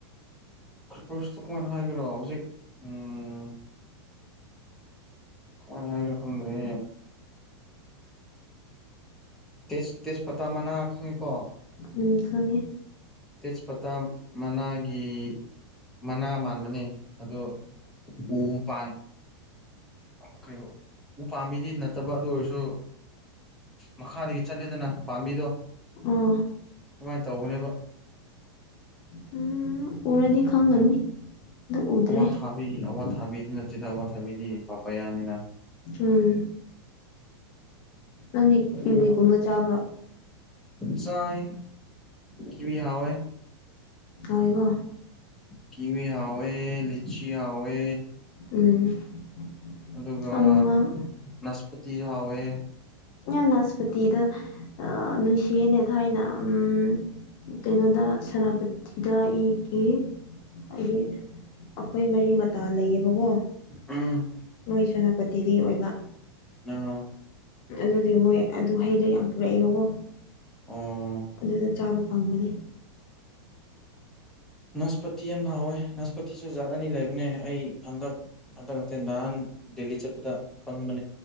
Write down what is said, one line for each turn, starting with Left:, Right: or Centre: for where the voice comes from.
Centre: ꯀ꯭ꯔꯤꯄꯔꯁꯇ ꯀꯃꯥꯏꯅ ꯍꯥꯏꯈ꯭ꯔꯣ ꯍꯧꯖꯤꯛ ꯎꯝ ꯀ ꯍꯥꯏꯔꯨꯝ ꯔꯦ ꯇꯦꯁ ꯇꯦꯖꯄꯇꯥ ꯃꯅꯥ ꯈꯪꯉꯤꯀꯣ
Left: ꯎꯝ ꯈꯪꯉꯦ
Centre: ꯇꯦꯖꯄꯇꯥ ꯃꯅꯥꯒꯤ ꯃꯅꯥ ꯃꯥꯟꯕꯅꯤ ꯑꯣ ꯎ ꯄꯥꯟ ꯑꯣꯈꯔꯤꯕ ꯎ ꯄꯥꯝꯕꯤꯗꯤ ꯅꯠꯇꯕ ꯑꯗꯨ ꯑꯣꯏꯔꯁꯨ ꯃꯈꯥꯗꯒꯤ ꯆꯠꯂꯦꯗꯅ ꯄꯥꯝꯕꯤꯗꯣ
Left: ꯑꯥ
Centre: ꯀꯃꯥꯏꯅ ꯇꯧꯧꯕꯅꯦꯕ
Left: ꯎꯝ ꯎꯔꯗꯤ ꯈꯪꯒꯅꯤ ꯑꯗꯨ ꯎꯗ꯭ꯔꯦ
Centre: ꯑꯋꯥ ꯊꯥꯕꯤ ꯑꯋꯥ ꯊꯥꯕꯤꯗꯤ ꯅꯠꯇꯦꯗ ꯑꯋꯥ ꯊꯥꯕꯤꯗꯤ ꯄꯥꯄ ꯌꯥꯅꯤꯅ
Left: ꯎꯝ ꯅꯪꯗꯤ
Centre: ꯀꯔꯤꯅꯣ
Left: ꯀꯤꯕꯤꯒꯨꯝꯕ ꯆꯥꯕ꯭ꯔꯣ
Centre: ꯆꯥꯏ ꯀꯤ ꯍꯥꯏꯋꯦ
Left: ꯀꯥꯏꯒꯣ
Centre: ꯀꯤꯋ ꯍꯥꯏꯋ ꯂꯤꯆꯤ ꯍꯋꯦ
Left: ꯎꯝ
Centre: ꯑꯗꯨꯒ
Left: ꯑꯃ
Centre: ꯅꯁꯄꯇꯤꯁꯨ ꯍꯥꯎꯋꯦ
Left: ꯑ ꯅꯥꯁꯄꯇꯤꯗ ꯅꯨꯡꯁꯦꯅꯦ ꯊꯥꯏꯅ ꯎꯝ ꯀꯩꯅꯣꯗ ꯁꯦꯅꯥꯄꯇꯤꯗ ꯑꯩꯒꯤ ꯍꯥꯏꯗꯤ ꯑꯩꯈꯣꯏ ꯃꯔꯤ ꯃꯇꯥ ꯂꯩꯌꯦꯕꯀꯣ
Centre: ꯎꯝ
Left: ꯅꯣꯏ ꯁꯦꯅꯥꯄꯇꯤꯒꯤ ꯑꯣꯏꯕ
Centre: ꯑ
Left: ꯑꯗꯨꯗꯤ ꯃꯣꯏ ꯑꯗꯨ ꯍꯩꯗꯣ ꯌꯥꯝ ꯄꯨꯔꯛꯑꯦꯕꯀꯣ
Centre: ꯑꯣ
Left: ꯑꯗꯨꯗ ꯆꯥꯕ ꯐꯪꯕꯅꯦ
Centre: ꯁꯄꯇ ꯑꯦꯝ ꯍꯥꯥꯎ ꯑꯣꯏꯣꯏ ꯅꯁꯄꯇꯤꯁꯨ ꯖꯥꯠ ꯑꯅꯤ ꯂꯩꯕꯅꯦ ꯑꯩ ꯍꯟꯗꯛ ꯍꯟꯗꯛ ꯍ ꯅꯍꯥꯟ ꯗꯦꯜꯂꯤ ꯆꯠꯄꯗꯪ ꯃ